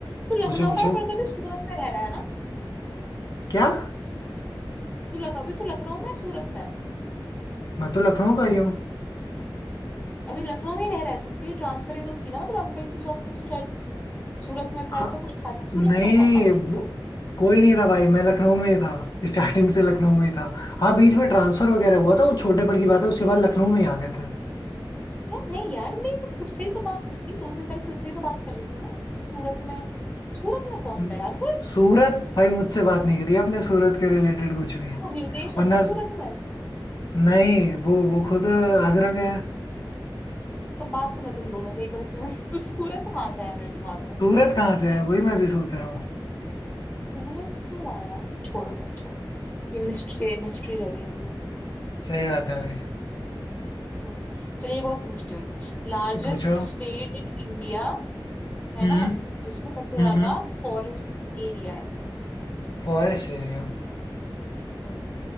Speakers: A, on the left (about 20°); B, on the left (about 50°).
A: तू लखनऊ
B: पूछो पूछो
A: का है पर तो अभी सूरत में रह रहा है ना
B: क्या
A: तू लख अभी तो लखनऊ में है, सूरत में है?
B: मैं तो लखनऊ का ही हूँ
A: अभी लखनऊ में ही रह रहा है तो तेरी ट्रांसफरेबल थी ना मतलब अंकल की जॉब तो तू शायद सूरत में था
B: हाँ
A: ऐसा कुछ था क्या सूरत
B: नहीं
A: में कौन
B: नहीं
A: था फिर
B: वो कोई नहीं था भाई मैं लखनऊ में ही था स्टार्टिंग से लखनऊ में ही था हाँ बीच में ट्रांसफर वगैरह हुआ था वो छोटे पर की बात है उसके बाद लखनऊ में ही आ गए थे
A: यार नहीं यार मेरी तो तुझसे ही तो बात हुई थी दो दिन पहले तुझसे ही तो बात कर रही थी मैं कि सूरत में सूरत में कौन
B: हम्म,
A: था यार फिर
B: सूरत भाई मुझसे बात नहीं करी आपने सूरत के रिलेटेड कुछ भी
A: तो हृदेश है
B: और ना
A: क्या सूरत में
B: नहीं वो वो खुद आगरा का है
A: तो बात तो मैं तुम दोनों से ही करती हूँ <laughs> तो सूरत कहाँ से आया मेरे दिमाग में
B: सूरत कहाँ से है वही मैं भी सोच रहा हूँ
A: सूरत क्यों आया छोड़ो भाई छोड़ो ये मिस्ट्री मिस्ट्री रह गई अभी
B: सही बात है भाई
A: छोड़ो चलिए एक और पूछती हूँ लार्जेस्ट
B: पूछो
A: स्टेट इन इंडिया है
B: हम्म
A: ना जिसमें सबसे
B: हम्म
A: ज्यादा
B: हम्म।
A: फॉरेस्ट एरिया है
B: Forest area
A: हम्म